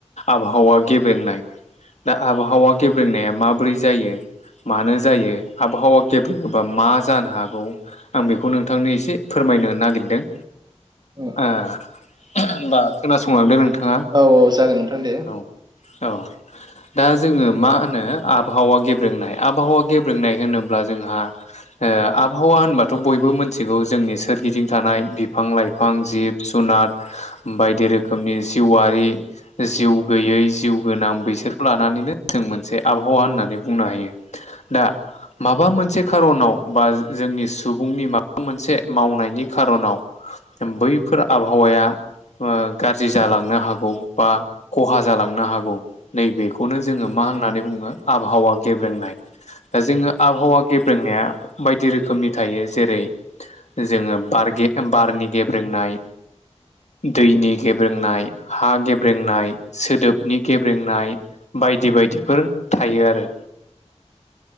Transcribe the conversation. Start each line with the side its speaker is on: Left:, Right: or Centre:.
Left: आबहावा गेब्रेंनाय दा आबहावा गेब्रेंनाया माबोरै जायो मानो जायो आबहावा गेबेङोबा मा जानो हागौ आं बेखौ नोंथांनो एसे फोरमायनो नागिरदों।
Right: औ।
Left: ओ होनबा खोनासंलांदो नोंथाङा
Right: औ औ जागोन नोंथां दे।
Left: औ औ। दा जोङो मा होनो आबहावा गेब्रेंनाय आबहावा गेब्रेंनाय होनोब्ला जोंहा आबहावा होनबाथ' बयबो मिथिगौ जोंनि सोरगिदिं थानाय <unintelligible> बिफां लाइफां जिब जुनार बायदि रोखोमनि जिउआरि जिउ गैयै जिउ गोनां बैसोरखौ लानानैनो जों मोनसे आबहावा होननानै बुंनो हायो।
Right: <inaudible>
Left: दा माबा मोनसे खार'नाव बा जोंनि सुबुंनि माबा मोनसे मावनायनि खारनाव बैफोर आबहावाया गाज्रि जालांनो हागौ <unintelligible> बा खहा जालांनो हागौ नैबेखौनो जोङो मा होननानै बुङो आबहावा गेब्रोंनाय दा जोङो आबहावा गेब्रोंनाया बायदि रो रोखोमनि थायो जेरै जोङो बारनि गेब्रेंनाय। दैनि गेब्रेंनाय हा गेब्रेंनाय सोदोबनि गेब्रेंनाय बायदि बायदिफोर थायो आरो